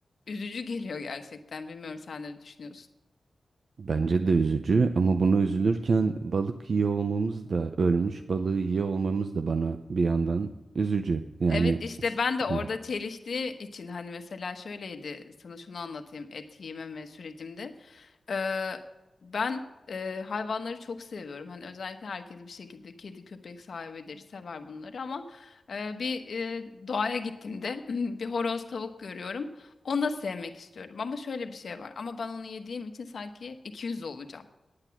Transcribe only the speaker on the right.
Bence de üzücü ama buna üzülürken balık yiyor olmamız da ölmüş balığı yiyor olmamız da bana bir yandan üzücü. Yani
s-
<laughs>
hı hı.